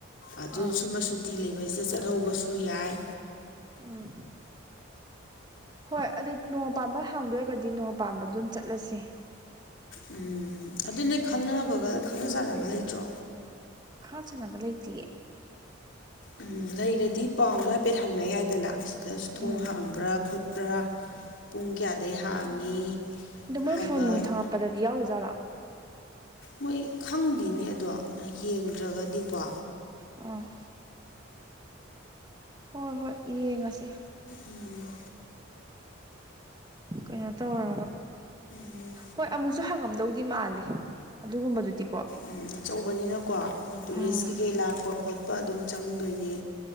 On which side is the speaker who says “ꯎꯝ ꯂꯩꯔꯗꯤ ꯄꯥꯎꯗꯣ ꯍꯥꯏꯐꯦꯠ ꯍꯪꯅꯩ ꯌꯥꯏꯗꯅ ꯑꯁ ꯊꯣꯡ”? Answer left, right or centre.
Left